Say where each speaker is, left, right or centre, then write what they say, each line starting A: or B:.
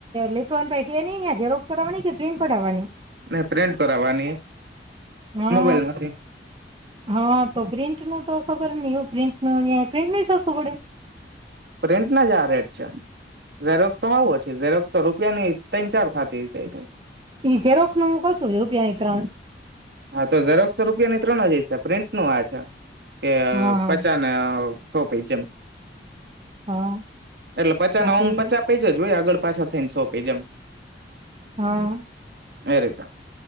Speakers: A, on the right; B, on the right.
A: લીથોને પ ન અ જરો તોવાની કે પર આવવાની
B: નહી પ્રિન્ટ કરાવવાની
A: હા
B: મોબાઈલ માંથી
A: હા તો પ્રિન્ટ ન તો ખબર નહ પ્રિન્ટ ન પ્રિન્ટ ન સસ્ું પડે
B: પ્રિન્ટના જ આ રેટ છે ઝેરોક્સ તો આવો છે ઝેરોક્સ તો રૂપિયાની ત્રન ચાર થતી છે આક
A: જે રોક્ષ ન હું કશું રૂપિયાની ત્રણ
B: હા તો જરોક્ષસ રૂપિયા ની ત્રણ હ જશે પ્રિન્ટ નું આ છે કે
A: હા
B: પચાાન સોપેજમ
A: હા
B: એટલે પચા
A: હા
B: ના
A: તે
B: ઓમ પચા પે જ જો હોય આગળ પાછળ થઈને સોપી જેમ
A: હા
B: એ રીતા